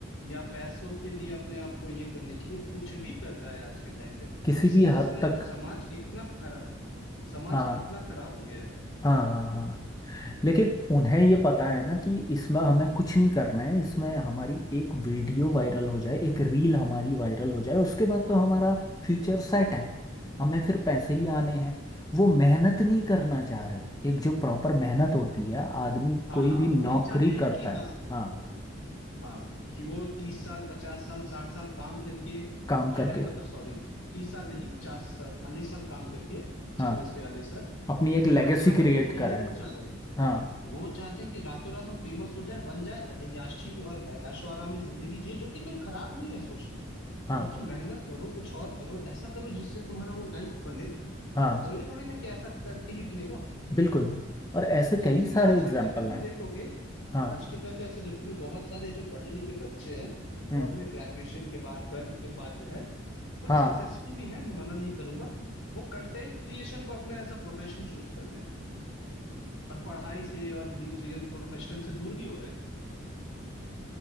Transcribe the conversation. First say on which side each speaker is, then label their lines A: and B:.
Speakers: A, on the left; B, on the left.
A: या पैसों के लिए अपने आप को ये करने के लिए कुछ भी कर रहा है आज के टाइम पे
B: किसी
A: इससे
B: भी
A: ये
B: हद
A: समझ आ
B: तक
A: कि समाज कितना खराब समाज
B: हाँ
A: कितना खराब हो गया है
B: हाँ हाँ हाँ लेकिन उन्हें ये पता है ना कि इसमें हमें कुछ नहीं करना है इसमें हमारी एक वीडियो वायरल हो जाए एक रील हमारी वायरल हो जाए उसके बाद तो हमारा फ्यूचर सेट है हमें फिर पैसे ही आने हैं वो मेहनत नहीं करना चाह रहे एक जो प्रॉपर मेहनत होती है आदमी
A: हाँ
B: कोई भी नौकरी
A: वो नहीं चाहते हैं
B: करता
A: कि हाँ
B: है हाँ
A: हाँ कि वो तीस साल पचास साल साठ साल काम करके
B: काम
A: जो
B: करके
A: है मतलब सॉरी तीस साल नहीं चालीस साल चालीस साल काम करके
B: हाँ
A: चालीस बयालीस साल
B: अपनी एक
A: कि वो
B: लेगेसी
A: अच्छा बने
B: क्रिएट
A: वो ये
B: कराए
A: नहीं चाह रहे
B: हाँ
A: वो चाहते हैं कि रातों रात हम फेमस हो जाए बन जाए अय्याशी और ऐशो आराम में जिंदगी जिए जो कि कोई खराब नहीं है सोचना
B: हाँ
A: पर तुम मेहनत करो कुछ और करो ऐसा करो जिससे तुम्हारा वो लाइफ बने
B: हाँ
A: जरूरी थोड़ी ना कि ऐसा करके ही बनेगा
B: बिल्कुल और ऐसे
A: तो
B: कई
A: इसमें
B: सारे
A: आज
B: एग्जाम्पल
A: के टाइम पे तुम
B: हैं
A: देखोगे
B: हाँ
A: आज के टाइम पे ऐसे देखो कि बहुत सारे जो पढ़े लिखे बच्चे हैं
B: हम्म
A: वो अपने ग्रेजुएशन के बाद ट्वेल्थ के बाद जो है कुछ
B: हाँ
A: सक्सेसफुल भी हैं मैं मना नहीं करूंगा वो कंटेंट क्रिएशन को अपना एज अ प्रोफेशन चूज कर रहे हैं और पढ़ाई से और रियल प्रोफेशन से दूर भी हो रहे हैं